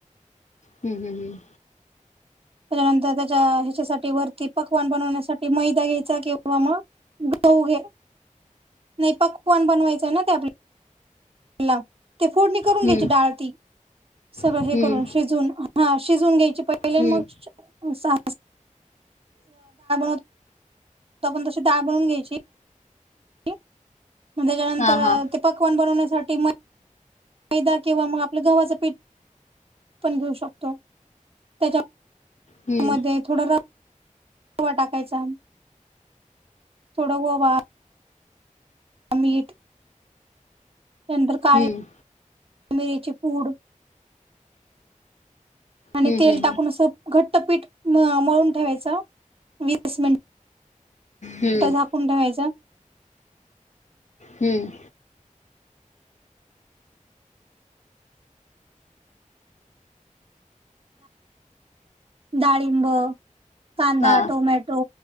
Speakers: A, on the left; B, on the right.
A: हम्म हम्म हम्म.
B: त्याच्यानंतर त्याच्या ह्याच्यासाठी वरती पकवान बनवण्यासाठी मैदा घ्यायचा किंवा म गहूं घे नाही पकवाण बनवायचंय ना ते आपल्या तेला ती फोडणी करून
A: हम्म
B: घ्यायची डाळ ती सगळं
A: हम्म
B: हे करून शिजवून. हा शिजून घ्यायची पहिले, मगबनवतो
A: हम्म
B: <inaudible> आपण तशी डाळ बनून घ्यायची. ची. मग त्याच्यानंतर
A: हा हा
B: ते पकवान बनवण्यासाठी म मैदा किंवा मग आपलं गव्हाच पीठ पण घेऊ शकतो. त्यांच्या त्या
A: हम्म
B: मध्ये थोडा रवा टाकायचा. थोड वोवा. अ मीठ. नंतर काळ्या
A: हम्म
B: मिऱ्याची पूड. आणि
A: हम्म
B: तेल
A: हम्म
B: टाकून नुसतं, घट्टपीठ मळून ठेवायचं, वीस मिन
A: हम्म
B: ट झाकून ठेवायचं.
A: हम्म
B: डाळिंब, कांदा,
A: हा
B: टोमॅटो